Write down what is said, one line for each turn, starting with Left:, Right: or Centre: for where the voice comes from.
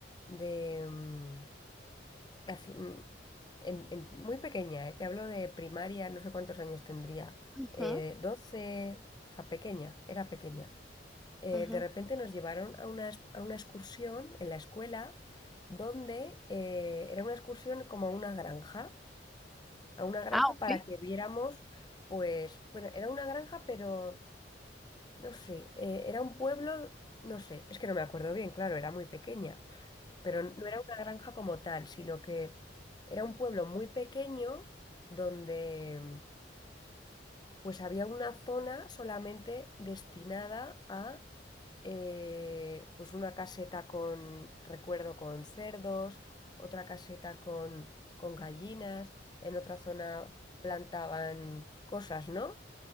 Left: de mm, casi, mm, en- en- muy pequeña, eh, Te hablo de primaria, no sé cuántos años tendría,
Centre: Ujú,
Left: eh, 12, o sea, pequeña, era pequeña. Eh,
Centre: ujú.
Left: de repente nos llevaron a una, ex- a una excursión en la escuela donde eh, era una excursión como a una granja, a una granja
Centre: Ah, ok.
Left: para que viéramos, pues, bueno, era una granja, pero no sé, eh, era un pueblo, no sé, es que no me acuerdo bien, claro, era muy pequeña, pero no era una granja como tal, sino que era un pueblo muy pequeño donde pues había una zona solamente destinada a eh, pues una caseta con, recuerdo, con cerdos, otra caseta con, con gallinas, en otra zona plantaban cosas, ¿no?